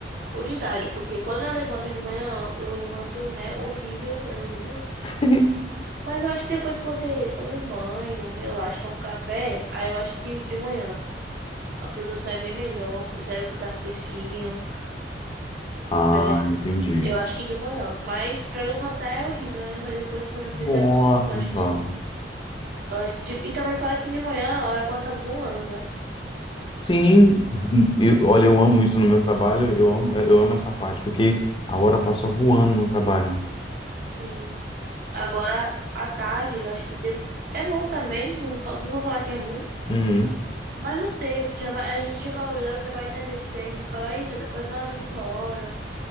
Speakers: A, on the right; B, on the left.
A: ou de tarde, porque quando eu levanto de manhã, eu eu levanto, né? Horrível, é horrível.
B: <laughs>
A: Mas eu acho que depois que você toma um banho, relaxa, toma um café, aí eu acho que de manhã a produção é bem melhor, seu cérebro tá fresquinho,
B: Ah,
A: né?
B: entendi.
A: Eu acho que de manhã. Mas pra levantar é horrível, né? Mas depois também você
B: Nossa,
A: se acostuma, eu acho
B: Val.
A: que, eu acho que de- e também fora que de manhã a hora passa voando, né?
B: Sim, eu, olha, eu amo isso no meu trabalho, eu amo, eu amo essa parte, porque a hora passa voando no trabalho.
A: Sim. Agora à tarde, eu acho que de- é bom também, não, fa- não vou falar que é ruim.
B: Uhum.
A: Mas não sei, que já vai, a gente já vai olhando, já vai estar descendo e fala, aí, já tá quase na hora de ir embora.